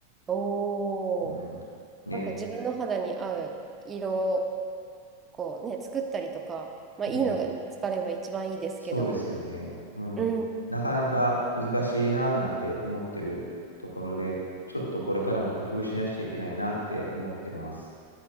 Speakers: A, on the right; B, on the left.
A: おー。
B: うん。ね。
A: なんか自分の肌に合う色をこうね、作ったりとか、まあいいのが見つかれば一番いいですけど、
B: ね。そうですよね。うん。
A: うん、
B: なかなか難しいなぁなんて思ってるところで、ちょっとこれからも工夫しなくちゃいけないなって思ってます。